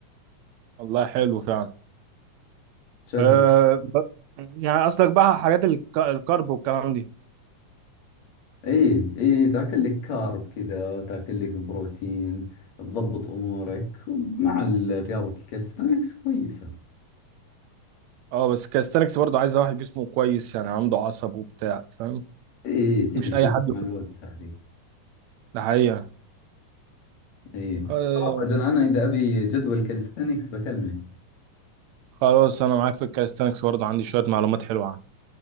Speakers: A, on the right; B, on the left.
A: والله حلو فعلا
B: تشغل
A: أه... ب- يعني قصدك بقى حاجات الك... الكارب والكلام دي
B: اي اي تاكل لك كارب كذا تاكل لك بروتين تضبط أمورك ومع ال- رياضة الكالستانكس كويسة
A: أه بس الكاليستانكس برضه عايزة واحد جسمه كويس يعني عنده عصب وبتاع فاهم
B: اي إي، تجي
A: مش
B: تجي
A: أي حد
B: مع الوقت هذه
A: ده حقيقة
B: اي
A: آه
B: خلاص أجل أنا إذا أبي جدول كالستانكس بكلمك
A: خلاص أنا معاك في الكاليستانكس برضه عندي شوية معلومات حلوة عنه